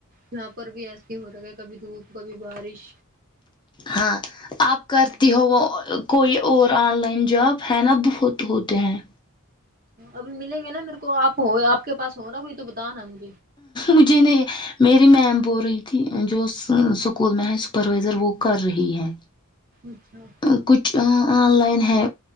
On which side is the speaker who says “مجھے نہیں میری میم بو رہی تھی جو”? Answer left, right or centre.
Left